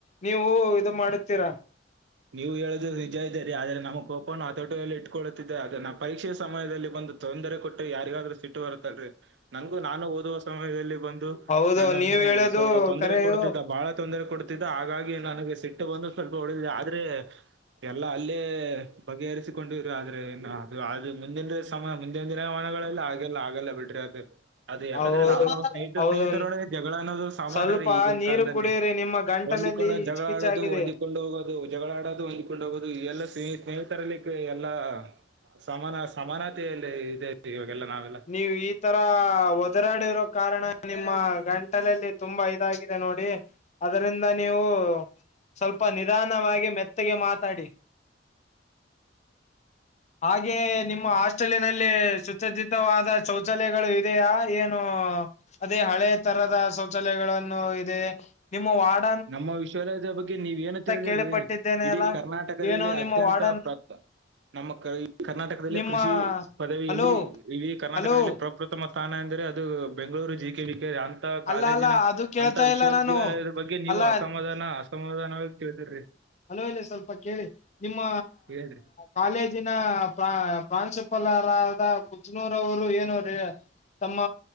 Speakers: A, on the left (about 40°); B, on the right (about 70°).
A: ನೀವು ಇದು ಮಾಡುತ್ತೀರಾ.
B: ನೀವು ಹೇಳಿದ್ರ ನಿಜ ಇದ್ದರಿ ಆದ್ರೆ ನಮ್ಮ ಕೋಪನು ಆತೋಟಲ್ಲಿ ಇಟ್ಟಕೊಳ್ಳತ್ತಿದ್ದೆ ಆದ್ರೆ ನಾ ಪರೀಕ್ಷೆಯ ಸಮಯದಲ್ಲಿ ಬಂದು ತೊಂದರೆ ಕೊಟ್ಟ್ರೆ ಯಾರಿಗಾದ್ರರು ಸಿಟ್ಟು ಬರುತ್ತೆ. ನಂಗು ನಾನು ಓದುವ ಸಮಯದಲ್ಲಿ ಬಂದು
A: ಹೌದು
B: ನನ್ನನ್ನು
A: ನೀವ್ ಹೇಳೋದು
B: ಸ್ವಲ್ಪ ತೊಂದರೆ
A: ಕರೆಯು
B: ಕೊಡ್ತಿದ್ದ ಬಾಳ ತೊಂದರೆ ಕೊಡ್ತ್ ತ್ತಿದ್ದ ಹಾಗಾಗಿ ನನಗೆ ಸಿಟ್ಟು ಬಂದು ಸ್ವಲ್ಪ ಹೊಡೆದಿದೆ ಆದ್ರೆ ಎಲ್ಲಾ ಅಲ್ಲೇ ಬಗೆಹರಿಸಿಕೊಂಡಿರು ಆದ್ರೆ ಏದು ಅ ಮುಂದಿನ ಸಲೀೆ ಸಮಯ ಮುಂಂದಿನ ದಿನಾವಣೆಲ್ಲ ಆಗಲ್ಲ ಆಗಲ್ಲ ಬಿಡ್ರಿ ಅದು ಅದ ಯಾಕಂದ್ರೆ
A: ಹೌದು
B: ನಾವು ನಾವು ಸ್ನೇಹಿತರ
A: ಹೌದು
B: ಸ್ನೇಹಿತರಡ ಜಗಳ ಅನ್ನೋದು ಸಾಮಾನ್ಯ
A: ಸ್ವಲ್ಪ
B: ರೀ ಈಗಿನ
A: ನೀರು
B: ಕಾಲದಲ್ಲಿ
A: ಕುಡಿಯಿರಿ ನಿಮ್ಮ ಗಂಟಲಲ್ಲಿ
B: ಹೊಂದಿಕೊಂಡ
A: ಹಿಚ್ಕಿಚ್
B: ಜಗಳ ಆಡೋದು
A: ಆಗಿದೆ
B: ಹೊಂದಿಕೊಂಡು ಹೋಗೋದು ಜಗಳಾಡೋದು ಹೊಂದ್ಕೊಂಡು ಹೋಗೋುದು ಈ ಎಲ್ಲ ಸ್ನೇ ಸ್ನೇಹಿತರಲ್ಲಿ ಎಲ್ಲಾ. ಸಮಾನ ಸಮಾನತೆಯಲ್ಲಿ ಇದೆ ಇವಾಗೆಲ್ಲ ನಾವೆಲ್ಲ.
A: ನೀವು ಈ ತರ ಒದರಾಡಿರೋ ಕಾರಣ ನಿಮ್ಮ ಗಂಟಲಲ್ಲಿ ತುಂಬಾ ಇದಾಗಿದೆ ನೋಡಿ. ಅದರಿಂದ ನೀವು ಸ್ವಲ್ಪ ನಿಧಾನವಾಗಿ ಮೆತ್ತಗೆ ಮಾತಾಡಿ. ಹಾಗೆಯ ನಿಮ್ಮ ಹಾಸ್ಟೆಲಿನಲ್ಲಿ ಸುಚಜೀತವಾದ ಶೌಚಾಲಯಗಳು. ಇದಿಯಾ ಏನು ಅದೇ ಹಳೆ ತರದ ಶೌಚಾಲಯಗಳನ್ನು ಇದೆ ನಿಮ್ಮ ವಾರ್ಡ್.
B: ನಮ್ಮ ವಿಶ್ವಾಲಯದ ಬಗ್ಗೆ ನೀವ ಏನು ತಿಳಿದಿರ್ರಿ
A: ಕೇಳಿಪಟ್ಟಿದ್ದೇನೆ
B: ಇಡೀ
A: ಅಲ್ಲ
B: ಕರ್ನಾಟಕದಲ್ಲಿ
A: ಏನೋ ನಿಮ್ಮ
B: ಅತ್ಯಂತ
A: ವಾರ್ಡನ್
B: ಪ್ರಾಪ್ತ. ನಮ್ಮ ಈ ಕರ್ನಾಟಕದಲ್ಲಿ
A: ನಿಮ್ಮ
B: ಕೃಷಿ ಪದವಿಯಲ್ಲಿ
A: ಹಲೋ
B: ಇಡೀ ಕರ್ನಾಟಕದಲ್ಲಿ
A: ಹಲೋ
B: ಪ್ರ. ಉತ್ತಮ ಸ್ಥಾನ ಎಂದರೆ ಅದು Bengaluru G K V K ಅಂತ
A: ಅಲ್ಲ
B: ಕಾಲೇಜಿನ
A: ಅಲ್ಲ ಅದು ಕೇಳ್ತಾ
B: ಅಂತ ವಿಶ್ವವಿದ್ಯಾಲಯ.
A: ಇಲ್ಲ ನಾನು
B: ನೀವು
A: ಅಲ್ಲ
B: ಅಸಮಾಧಾನ ಅಸಮಾಧಾನವಾಗಿ ತಿಳಿದಿರ್ರಿ.
A: ಅಲಲ್ಲಿ ಸ್ವಲ್ಪ ಕೇಳಿ ನಿಮ್ಮ.
B: ಹೇಳ್ರಿ
A: ಕಾಲೇಜಿನ ಪ್ರಾ ಪ್ರಾನ್ಸಿಪಲ್ರಾದ ಕುಜನೂರ ಅವರು ಏನು. ತಮ್ಮ